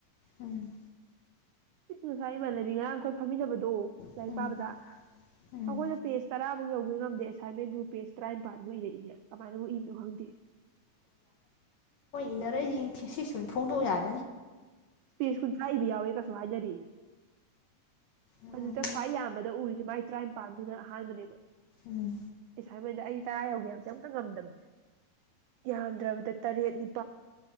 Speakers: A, on the left; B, on the right.
A: ꯎꯝ
B: ꯏꯁ ꯉꯁꯥꯏ ꯏꯃꯥꯟꯅꯕꯤ ꯉꯔꯥꯡ ꯑꯩꯈꯣꯢ ꯐꯝꯃꯤꯟꯅꯕꯗꯣ ꯂꯥꯏꯔꯤꯛ
A: ꯎꯝ
B: ꯄꯥꯕꯗ
A: ꯎꯝ
B: ꯑꯩꯈꯣꯏꯅ ꯄꯦꯖ ꯇꯔꯥꯃꯨꯛ ꯌꯧꯒꯦ ꯉꯝꯗꯦ ꯑꯦꯁꯥꯏꯟꯃꯦꯟꯗꯨ ꯄꯦꯖ ꯇꯔꯥꯅꯤꯄꯥꯜꯗꯨ ꯏꯔꯛꯏꯅꯦ ꯀꯃꯥꯏꯅ ꯑꯃꯨꯛ ꯏꯕꯅꯣ ꯈꯪꯗꯦ
A: ꯏꯅꯔꯛꯏꯖꯤ ꯊꯤꯁꯤꯁ ꯑꯣꯢ ꯐꯣꯡꯗꯣꯛ ꯌꯥꯔꯦ
B: ꯄꯦꯖ ꯀꯨꯟꯊ꯭ꯔꯥ ꯏꯕ ꯌꯥꯎꯋꯦ ꯀꯩꯁꯨ ꯍꯥꯏꯅꯔꯤꯅꯦ
A: ꯎꯝ
B: ꯍꯧꯖꯤꯛꯇ ꯈ꯭ꯋꯥꯏ ꯌꯥꯝꯕꯗ ꯎꯔꯤꯁꯦ ꯃꯥꯏ ꯇꯔꯥꯅꯤꯄꯥꯥꯟꯗꯨꯅ ꯑꯍꯥꯟꯕꯅꯦꯕ
A: ꯎꯝ
B: ꯑꯦꯁꯥꯏꯃꯦꯟꯗ ꯑꯩ ꯇꯔꯥ ꯌꯧꯗꯦ ꯍꯥꯢꯕ ꯒꯦꯁꯦ ꯑꯝꯇ ꯉꯝꯗꯝꯅꯦ